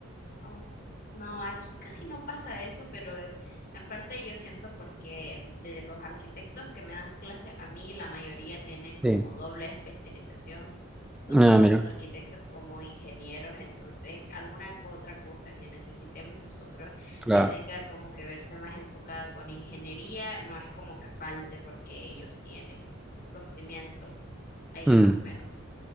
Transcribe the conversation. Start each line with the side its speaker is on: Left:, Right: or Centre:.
Left: Oh, no, aquí casi no pasa eso, pero eh, en parte yo siento porque de los arquitectos que me dan clase a mí, la mayoría tienen como
Centre: Sí.
Left: doble especialización. Son
Centre: Ah,
Left: tanto
Centre: mira,
Left: arquitectos como ingenieros, entonces alguna co- otra cosa que necesitemos nosotros
Centre: claro.
Left: que tenga como que verse más enfocada con ingeniería, no es como que falte porque ellos tienen conocimiento ahí
Centre: Mm.
Left: más o menos.